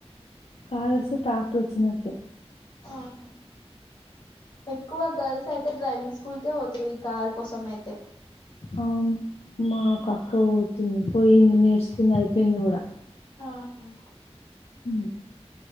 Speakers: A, on the left; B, on the left.
A: కార్ వస్తే ట్రాక్టర్ వచ్చినట్టే
B: ఆహా ఎక్కువ గర్ల్స్ అయితే డ్రైవింగ్ స్కూల్కే పోతురు ఈ కార్ కోసం అయితే
A: అవును మా అక్కపోతుంది పోయింది నేర్చుకున్నా అయిపో పోయింది కూడా
B: ఆహా
A: హ